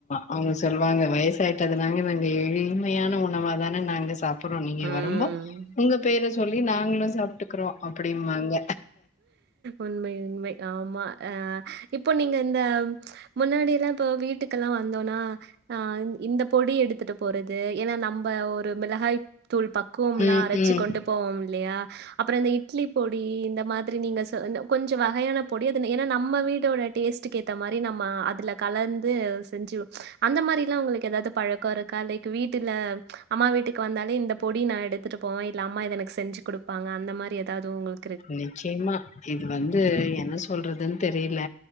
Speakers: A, on the left; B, on the right.
A: அவுங்க சொல்லுவாங்க வயசாயிட்டதுனால நாங்க எளிமையான உணவாதான நாங்க சாப்புறோ நீங்க
B: ம்
A: வரும்போ உங்க பேர சொல்லி நாங்ளு சாப்ட்டுக் க்றோ அப்டிம்பாங்க
B: உண்மை உண்மை ஆமா ஆ இப்போ நீங்க இந்த முன்னாடி எல்லா இப்போ வீட்டுக்கெல்லா வந்தோனா ஆ இந்த பொடி எடுத்துட்டு போறது எனா நம்ப ஒரு மிளகாய்த்தூள் பக் கோம்லா
A: ம்
B: அரச்சி
A: ம்
B: கொண்டு போவோம் இல்லையா அப்றோ அந்த இட் ட்லி பொடி இந்த மாதிரி நீங்க சொ ன கொஞ்ச வகையானப் பொடி அதுன எனா நம்ம வீட்டோட டேஸ்டுக்கு ஏத்த மாரி நம்ம அதுலக் கலந்து செஞ்சுவோ அந்த மாரிலா உங்குளுக்கு எதாது பழக்கோ இருக்கா லைக் வீட்டுல அம்மா வீட்டுக்கு வந்தாலே இந்தப் பொடி நா எடுத்துட்டு போவே இல்ல அம்மா இத எனக்கு செஞ்சு குடுப்பாங்க அந்த மாரி எதாவ்து உங்ளுக்
A: நிச்சயமா இது வந்து என்ன சொல்றதுன் தெரில